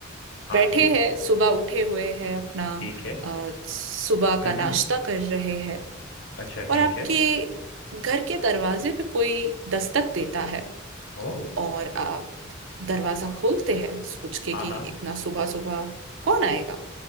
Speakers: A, on the left; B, on the right.
A: हाँ
B: बैठे
A: जी
B: हैं सुबह उठे हुए हैं अपना
A: ठीक है
B: अ, सुबह
A: हम्म
B: का नाश्ता
A: हम्म,
B: कर रहे हैं
A: अच्छा
B: और
A: ठीक
B: आपके
A: है
B: घर के दरवाजे पे कोई दस्तक देता है
A: ओ
B: और आप दरवाजा खोलते हैं सोच के
A: हाँ
B: कि
A: हाँ
B: इतना सुबह सुबह कौन आएगा